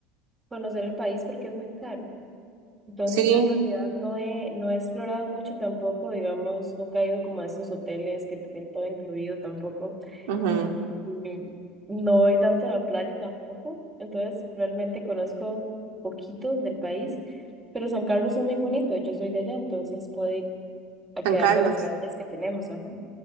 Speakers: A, on the right (about 15°); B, on the right (about 85°).
A: conocer el país porque es muy caro. Entonces
B: Sí,
A: yo en realidad no he, no he explorado mucho tampoco, digamos, nunca he ido como a estos hoteles que tienen todo incluido tampoco.
B: ujú,
A: y no voy tanto a la playa tampoco, entonces realmente conozco poquito del país, pero San Carlos es muy bonito, yo soy de allá, entonces puedo ir a
B: San
A: quedarse
B: Carlos.
A: a las playas que tenemos, ajá.